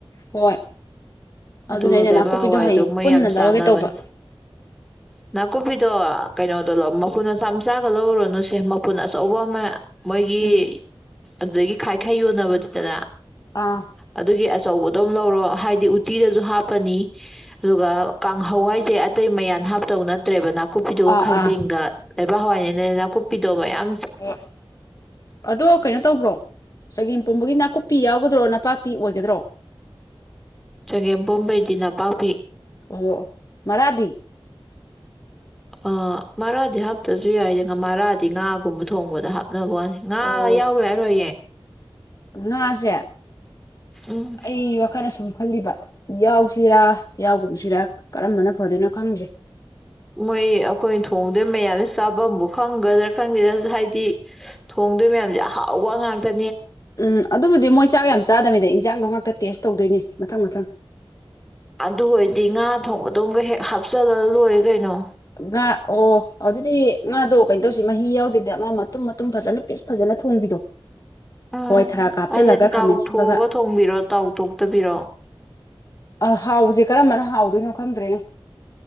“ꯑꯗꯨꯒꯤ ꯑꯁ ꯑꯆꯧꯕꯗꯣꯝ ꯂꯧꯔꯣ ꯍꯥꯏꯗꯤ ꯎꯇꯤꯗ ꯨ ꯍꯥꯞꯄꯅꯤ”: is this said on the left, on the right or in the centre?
Centre